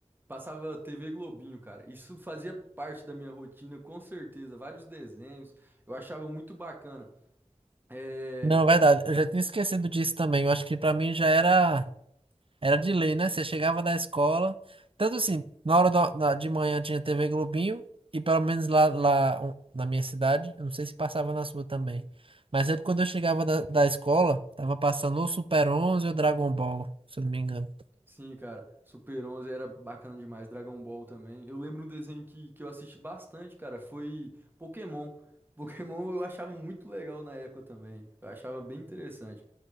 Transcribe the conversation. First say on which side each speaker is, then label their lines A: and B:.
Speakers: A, on the right; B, on the right.
A: passava TV Globinho, cara. Isso fazia parte da minha rotina, com certeza. Vários desenhos, eu achava muito bacana. É,
B: Não, é verdade. Eu já tinha esquecido disso também. Eu acho que pra mim já era, era de lei, né? Você chegava da escola, tanto assim, na hora da- na- de manhã tinha TV Globinho, e pelo menos lá, lá um, na minha cidade, eu não sei se passava na sua também, mas sempre quando eu chegava da, da escola, tava passando ou Super 11 ou Dragon Ball, se eu não me engano.
A: Sim, cara, Super 11 era bacana demais, Dragon Ball também. Eu lembro um desenho que, que eu assisti bastante, cara, foi Pokémon. Pokémon eu achava muito legal na época também. Eu achava bem interessante.